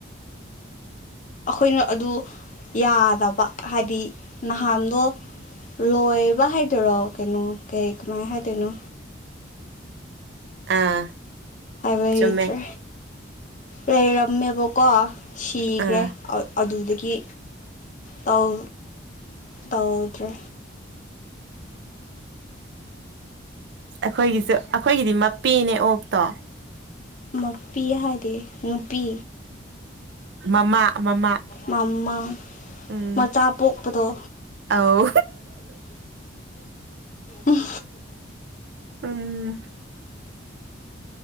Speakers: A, on the left; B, on the right.
A: ꯑꯈꯣꯏꯅ ꯑꯗꯨ ꯌꯥꯗꯕ ꯍꯥꯏꯗꯤ ꯅꯍꯟꯗꯣ ꯂꯣꯏꯕ ꯍꯥꯏꯗꯣꯏꯔꯣ ꯀꯩꯅꯣ ꯀꯩ ꯀꯃꯥꯏ ꯍꯥꯏꯗꯣꯏꯅꯣ
B: ꯑꯥ
A: ꯍꯥꯏꯕ
B: ꯆꯨꯝꯃꯦ
A: ꯍꯩꯇ꯭ꯔꯦ ꯂꯩꯔꯝꯃꯦꯕꯀꯣ ꯁꯤꯈ꯭ꯔꯦ
B: ꯑꯥ
A: ꯑꯗꯨꯗꯒꯤ ꯇꯧ ꯇꯧꯗ꯭ꯔꯦ
B: ꯑꯩꯈꯣꯏꯒꯤꯁꯨ ꯑꯩꯈꯣꯏꯒꯤꯗꯤ ꯃꯄꯤꯅꯦ ꯑꯣꯛꯇꯣ
A: ꯃꯄꯤ ꯍꯥꯏꯗꯤ ꯅꯨꯄꯤ
B: ꯃꯃꯥ ꯃꯃꯥ
A: ꯃꯃꯥ
B: ꯎꯝ
A: ꯃꯆꯥꯞ ꯄꯣꯛꯄꯗꯣ
B: ꯑꯧ
A: ꯎꯝ
B: ꯎꯝ